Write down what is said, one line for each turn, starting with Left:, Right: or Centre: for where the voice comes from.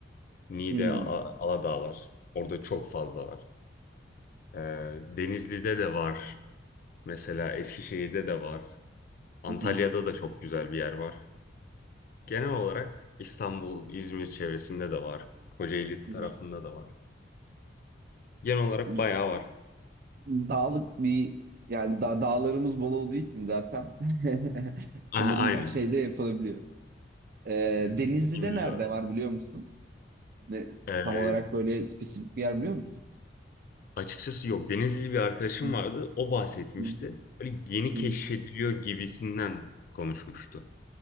Left: Niğde,
Right: Hı hı.
Left: A- Aladağlar. Orada çok fazla var. E, Denizli'de de var. Mesela Eskişehir'de de var. Antalya'da
Right: Hı
Left: da çok güzel bir yer var. Genel olarak İstanbul, İzmir çevresinde de var. Kocaeli
Right: hı.
Left: tarafında da var. Genel olarak
Right: Hı hı.
Left: bayağı var.
Right: dağlık bir yani da dağlarımız bol olduğu için zaten <laughs> sanırım
Left: Aha, aynen.
Right: şeyde yapılabiliyor. Ee,
Left: Zengin
Right: Denizli'de
Left: bir
Right: nerede
Left: coğrafya.
Right: var biliyor musun? Ne,
Left: Ee,
Right: tam olarak böyle spesifik bir yer biliyor musun?
Left: açıkçası yok. Denizli bir arkadaşım
Right: Hı,
Left: vardı. O bahsetmişti.
Right: hı,
Left: Böyle yeni
Right: hı.
Left: keşfediliyor gibisinden konuşmuştu.